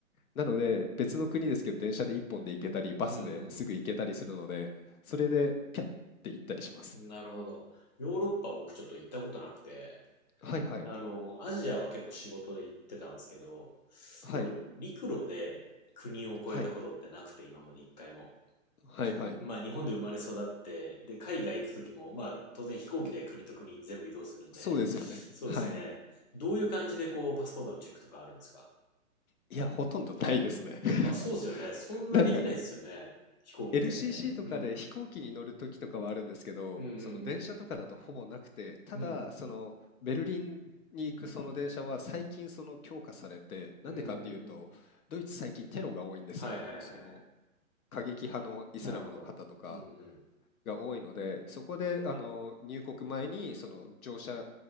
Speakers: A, on the left; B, on the left.
A: なので、別の国ですけど、電車で1本で行けたり、バスですぐ行けたりするので、
B: うん
A: それでピャッて行ったりします。
B: うん。なるほど。ヨーロッパ僕ちょっと行ったことなくて、
A: はいはい。
B: あの、アジアは結構仕事で行ってたんですけど、
A: はい。
B: でも陸路で国を越えたことってなくて、
A: はい。
B: 今まで一回も。
A: はいはい。
B: まあ日本で生まれ育って、で、海外行く時も、まあ当然飛行機で国と国全部移動するんで、
A: そうですよね。
B: そうですね。
A: はい。
B: どういう感じでこうパスポートのチェックとかあるんですか
A: いや、ほとんどないですね。<laughs>
B: あ、そうですよね。そんなできないですよね。
A: なんか、
B: 飛行機みたいにね。
A: LCC とかで飛行機に乗る時とかはあるんですけど、
B: うん。うんう
A: その電車とかだとほぼなくて、
B: ん
A: ただ、
B: うん。うん。
A: そのベルリンに行くその電車は最近その強化されて、なんでかっていうと、
B: うーん。
A: ドイツ最近テロが多いんですよ。
B: はいはいはいはい。
A: その過激派のイスラムの方とか
B: なるほど。うんうん。
A: が多いので、そこであの入国前にその乗車